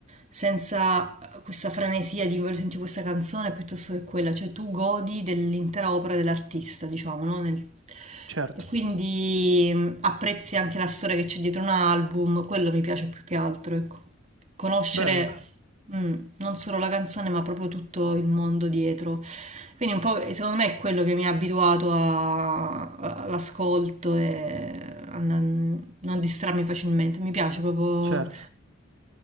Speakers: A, on the right; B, on the right.
A: senza questa frenesia di voglio sentire questa canzone piuttosto che quella, cioè tu godi dell'intera opera dell'artista, diciamo, no? Nel-
B: Certo.
A: E quindi mh, apprezzi anche la storia che c'è dietro un album, quello mi piace più che altro, ecco. Conoscere
B: Bello,
A: mm, non solo la canzone, ma proprio tutto il mondo dietro. Quindi un po', eh, secondo me, è quello che mi ha abituato a- a- all'ascolto e a non non distrarmi facilmente. Mi piace proprio...
B: certo,